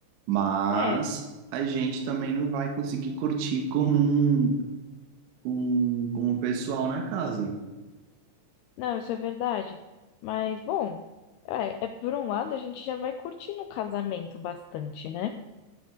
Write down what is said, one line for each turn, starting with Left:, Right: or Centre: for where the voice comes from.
Right: Mas
Left: É,
Right: a gente também não vai conseguir curtir com, um, com, com o pessoal na casa.
Left: Não, isso é verdade. Mas, bom, é, é por um lado a gente já vai curtindo o casamento bastante, né?